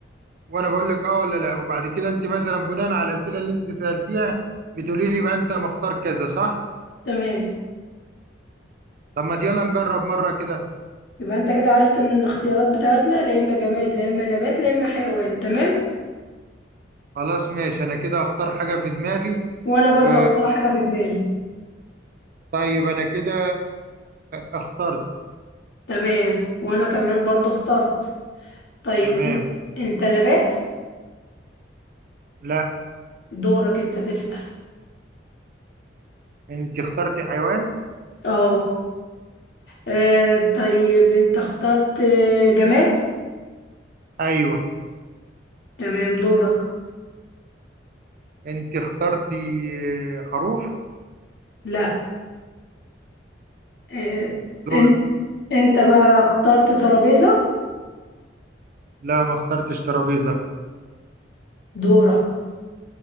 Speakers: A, on the right (about 50°); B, on the left (about 65°).
A: وانا بقول لك اه ولا لا وبعد كده انت مثلا بناء على الاسئله اللي انت سالتيها بتقولي لي بقى انت مختار كذا صح
B: تمام
A: طب ما يلا نجرب مره كده
B: يبقى انت كده عرفت ان الاختيارات بتاعتنا لا اما جماد لا اما نبات لا اما حيوان تمام
A: خلاص ماشي انا كده اختار حاجة في دماغي
B: وانا
A: و
B: برضو اختار حاجه في دماغي
A: طيب انا كده اخترت
B: تمام وانا كمان برضو اخترت طيب
A: تمام
B: انت انت نبات
A: لا
B: دورك انت تسأل
A: انت اخترتي حيوان
B: اه آه، طيب انت اخترت آه، جماد
A: ايوه
B: تمام دورك
A: انت اخترتي آه، خروف
B: لا آه، آه،
A: دورك
B: ان- انت بقى اخترت ترابيزة
A: لا ما اخترتش ترابيزة
B: دورك